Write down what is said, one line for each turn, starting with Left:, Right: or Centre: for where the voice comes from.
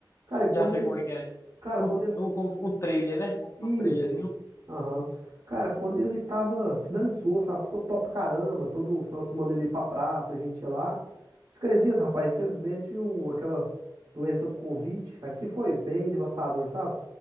Right: Cara, e quando
Left: Já sei
Right: ele.
Left: como é que é.
Right: Cara,
Left: Um,
Right: quando ele
Left: um, um trailer, né? Como um
Right: isso.
Left: trailerzinho.
Right: Aham. Cara, quando ele tava, finalizou, sabe? Ficou top pra caramba. Todo final de semana ele ia pra praça, a gente ia lá. Você acredita, rapaz? Infelizmente, o, aquela doença do Covid aqui foi bem devastador, sabe?